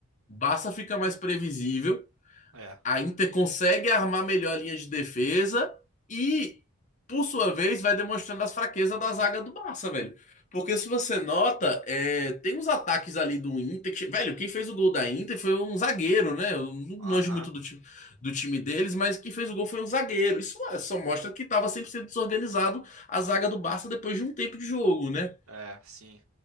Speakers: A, on the left; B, on the right.
A: o Barça fica mais previsível
B: É.
A: a Inter consegue armar melhor a linha de defesa e, por sua vez, vai demonstrando as fraquezas da zaga do Barça, velho. Porque se você nota, é, tem uns ataques ali do Inter. que che- velho, quem fez o gol da Inter foi um zagueiro, né? Eu não
B: Aham.
A: manjo muito do, ti- do time deles, mas quem fez o gol foi um zagueiro. Isso é, só mostra que tava 100% desorganizado a zaga do Barça depois de um tempo de jogo, né?
B: É, sim.